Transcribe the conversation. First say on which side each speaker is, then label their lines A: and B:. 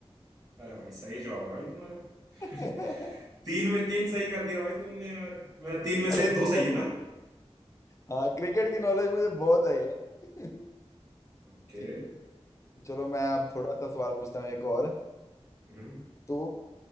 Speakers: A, on the right (about 35°); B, on the left (about 30°).
A: अरे भाई सही जवाब है भाई तुम्हारा
B: <laughs>
A: <laughs> तीन में तीन सही कर दिया भाई तुमने यार मेरा तीन में
B: अरे
A: से दो
B: क्रिकेट
A: सही है ना
B: हाँ क्रिकेट की नॉलेज मुझे बहुत है यार <laughs>
A: ओके
B: ठीक है चलो मैं अब थोड़ा सा सवाल पूछता हूँ एक और
A: हम्म
B: तो